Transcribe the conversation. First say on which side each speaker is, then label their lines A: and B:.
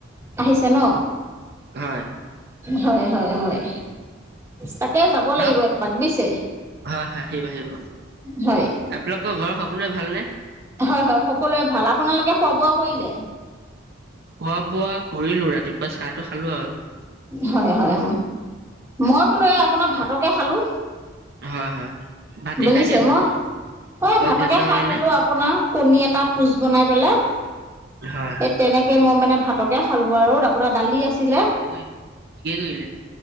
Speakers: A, on the right; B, on the right.
A: আহিছে ন,
B: হয়
A: হয় হয় হয়। তাকে যাব
B: ধৰক
A: লাগিব এপাক দিছে
B: হয় হয় আহিব আহিব
A: হয়।
B: আপোনালোকৰ ঘৰৰ সকলোৱে ভালনে?
A: হয় হয়, সকলোৱে ভাল, আপোনালোকে খোৱা বোৱা কৰিলে?
B: খোৱা বোৱা কৰিলো ৰাতিপুৱা চাহটো খালো আৰু।
A: হয় হয়। মই বোলো এই আপোনাৰ ভাতকে খালোঁ।
B: হয় হয়। ভাতে
A: বুজিছে
B: খাই দিয়া ভাল
A: মই এই ভাতকে
B: গেছৰ
A: খাই
B: কাৰণে
A: দিলো আ- পোনাৰ কণী এটা পোচ বনাই পেলাই।
B: হয়।
A: তেনেকে মই মানে ভাতকে খালো আৰু আপোনাৰ দালি আছ- তিলে
B: ঠিকেই কৰিলে ঠিকে কৰিলে।